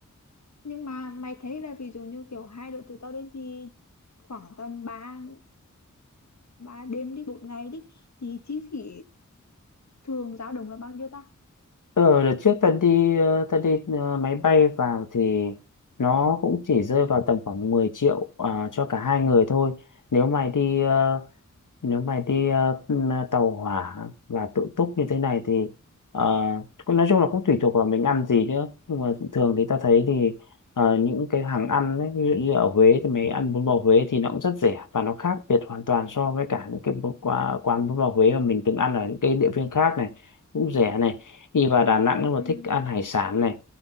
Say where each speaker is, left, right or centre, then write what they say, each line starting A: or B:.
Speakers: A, on the left; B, on the left.
A: nhưng mà mày thấy là ví dụ như kiểu hai đứa tụi tao đi thì khoảng tầm ba ba đêm đi bốn ngày đi thì chi phí thường dao động là bao nhiêu ta
B: ờ đợt trước ta đi ờ, ta đi ờ, máy bay vào thì nó cũng chỉ rơi vào tầm khoảng 10 triệu à, cho cả hai người thôi nếu mày đi ờ, nếu mày đi ờ, tàu hỏa và tự túc như thế này thì ờ, cũng nói chung là cũng tùy thuộc vào mình ăn gì nữa nhưng mà thường thì ta thấy thì ờ, những cái hàng ăn ấy, ví dụ như ở Huế thì mày ăn bún bò Huế thì nó cũng rất rẻ và nó khác biệt hoàn toàn so với cả những cái bún- quà- quán bún bò Huế mà mình từng ăn ở những cái địa phương khác này cũng rẻ này đi vào Đà Nẵng nếu mà
A: ừ
B: thích ăn hải sản này